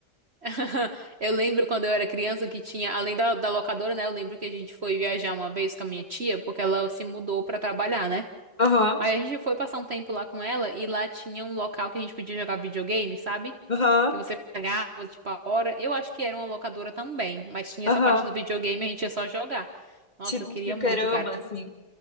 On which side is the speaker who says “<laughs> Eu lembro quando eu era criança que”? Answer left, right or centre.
Right